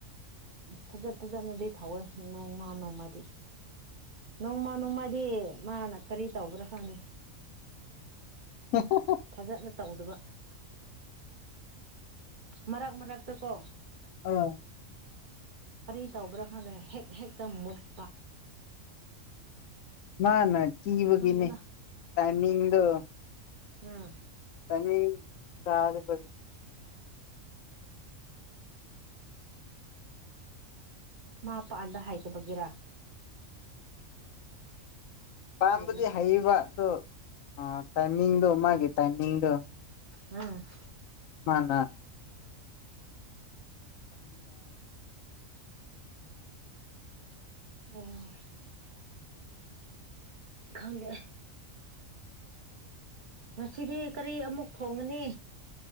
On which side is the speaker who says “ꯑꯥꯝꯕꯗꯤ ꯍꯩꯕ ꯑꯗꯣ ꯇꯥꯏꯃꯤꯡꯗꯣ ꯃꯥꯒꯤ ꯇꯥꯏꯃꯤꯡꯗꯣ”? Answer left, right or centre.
Left